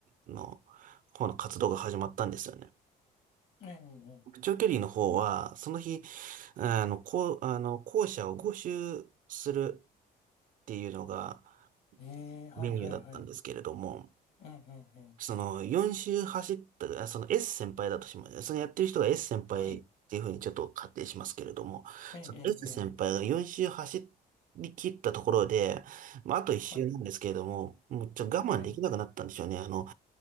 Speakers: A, on the right; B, on the left.
A: の方の活動が始まったんですよね。
B: えー、え
A: 長距離の方は、その日、あの、こう、あの、校舎を5周するっていうのが
B: ー、えーえーはいはいはい。
A: メニューだったんですけれども、
B: えー、えー、えー
A: その4周走った、あその S 先輩だとします。そのやってる人が S 先輩っていうふうにちょっと仮定しますけれども、
B: はい。えー、えー、
A: その S
B: えー
A: 先輩が4周走り切ったところで、まあ、あと1周なんですけれども、
B: はい。
A: もうちょっと我慢できなくなったんでしょうね。
B: えー、
A: あの、